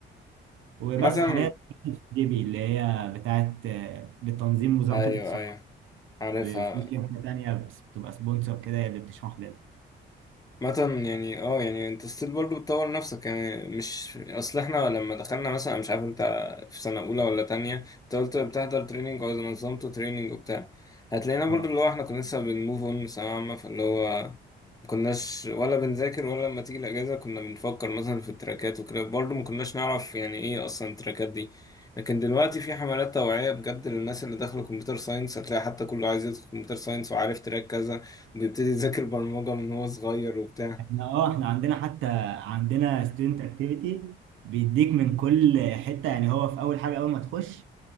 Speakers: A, on the right; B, on the left.
A: وبس
B: مثلا
A: حاليا في ديبي اللي هي بتاعت آه، بتنظيم وزارة
B: أيوه
A: الاتصالات
B: أيوه عارفها
A: ب- في شركة تانية بس- بتبقى سبونسر كده هي اللي بتشرح لنا
B: مثلا يعني اه يعني انت ستيل برضه بتطور نفسك يعني مش اصل احنا لما دخلنا مثلا أنا مش عارف انت في سنة اولى ولا تانية انت قلت بتحضر تريننج او نظمته تريننج وبتاع هتلاقينا برضه
A: اه
B: اللي هو احنا كنا لسه بنموف اون ثانوية عامة فاللي هو ما كناش ولا بنذاكر ولا لما تيجي الاجازة كنا بنفكر مثلا في التراكات وكده برضه ما كناش نعرف يعني ايه اصلا التراكات دي لكن دلوقتي في حملات توعية بجد للناس اللي داخلة كمبيوتر ساينس هتلاقي حتى كله عايز يدخل كمبيوتر ساينس وعارف تراك كذا بيبتدي يذاكر برمجة من هو صغير وبتاع
A: احنا اه احنا عندنا حتى عندنا ستودنت اكتيفيتي بيديك من كل حتة يعني هو في أول حاجة أول ما تخش